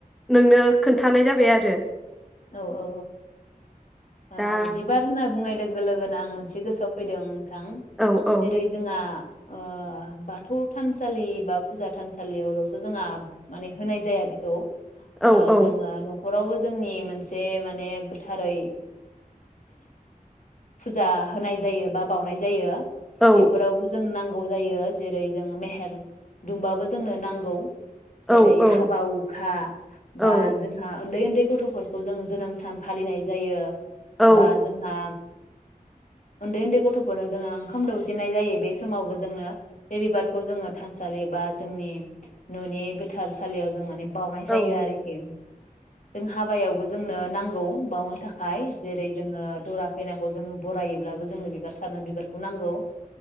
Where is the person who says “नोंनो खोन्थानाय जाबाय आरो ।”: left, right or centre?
Centre